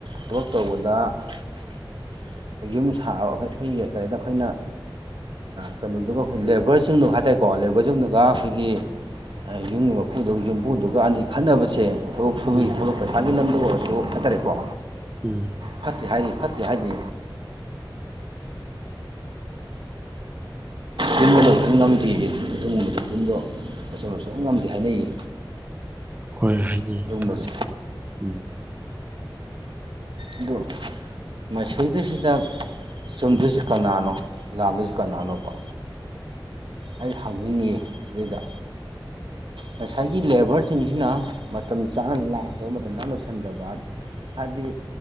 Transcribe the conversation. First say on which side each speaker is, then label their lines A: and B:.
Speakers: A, on the right (about 70°); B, on the right (about 20°).
A: ꯊꯕꯛ ꯇꯧꯕꯗ ꯑꯩꯈꯣꯏ ꯌꯨꯝ ꯁꯥꯕ ꯑꯩꯈ ꯑꯩꯈꯣꯏꯒꯤ ꯀꯔꯤꯗ ꯑꯩꯈꯣꯏꯅ ꯀꯩꯅꯣꯗꯨꯒ ꯑꯩꯈꯣꯏ ꯂꯦꯕꯔꯁꯤꯡꯗꯨ ꯍꯥꯏ ꯇꯔꯦꯀꯣ ꯂꯦꯕꯔꯁꯤꯡꯗꯨꯒ ꯑꯩꯈꯣꯏꯒꯤ ꯌꯨꯝꯒꯤ ꯃꯄꯨꯗꯨꯒ ꯌꯨꯝꯕꯨꯗꯨꯒ ꯑꯅꯤ ꯈꯠꯅꯕꯁꯦ ꯊꯕꯛ ꯁꯨꯕꯒꯤ
B: ꯎꯝ
A: ꯊꯕꯛ ꯄꯩꯁꯥꯒꯤ ꯂꯝꯗ ꯑꯣꯏꯔꯁꯨ ꯍꯥꯏꯇꯔꯦꯀꯣ
B: ꯎꯝ
A: ꯐꯠꯇꯦ ꯍꯥꯏꯔꯤ ꯐꯠꯇꯦ ꯍꯥꯏꯅꯤ ꯌꯨꯝꯕꯗꯁꯨ ꯉꯝꯗꯦ ꯑꯗꯨꯒꯨꯝꯕꯗꯨ ꯌꯨꯝꯗꯣ ꯂꯣꯢꯁꯟꯕ ꯁꯨꯛꯉꯝ ꯉꯝꯗꯦ ꯍꯥꯏꯅꯩꯌꯦ
B: ꯍꯣꯏ ꯍꯥꯏꯅꯩ
A: ꯑꯗꯨꯒꯨꯝꯕꯁꯦ
B: ꯑꯗꯨꯕꯨꯗꯤ ꯎꯝ
A: ꯑꯗꯨ ꯃꯁꯤꯗꯩꯁꯤꯗ ꯆꯨꯝꯗꯣꯏꯁꯤ ꯀꯅꯥꯅꯣ ꯂꯥꯟꯗꯣꯏꯁꯤ ꯀꯅꯥꯅꯣꯕ ꯑꯩꯅ ꯍꯪꯅꯤꯡꯉꯤ ꯁꯤꯗꯩꯗ ꯉꯁꯥꯏꯒꯤ ꯂꯦꯕꯔꯁꯤꯡꯁꯤꯅ ꯃꯇꯝ ꯆꯥꯅ ꯂꯥꯛꯇꯕ ꯃꯇꯝ ꯆꯥꯅ ꯂꯣꯏꯁꯤꯟꯗꯕ ꯍꯥꯏꯕꯗꯤ